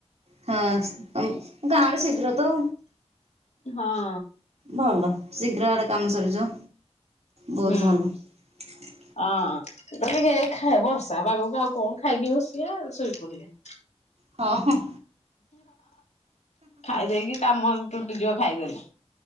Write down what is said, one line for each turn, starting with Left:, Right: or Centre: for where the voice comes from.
Right: ହଁ ଗାଁରେ ଶୀଘ୍ର ତ।
Left: ହଁ।
Right: ଭଲ ଶୀଘ୍ର ଏଆଡେ କାମ ସରିଯିବ। ବହୁତ
Left: ହୁଁ।
Right: <inaudible>
Left: ହଁ ଟିକେ <unintelligible> ବର୍ଷା ପାଗକୁ ଆଉ କଣ ଖାଇକି ବସିବା ଶୋଇପଡ଼ିବା।
Right: ହଁ।
Left: ଖାଇଦେଇକି କାମ ତୁଟିଯିବ ଖାଇଦେଲେ।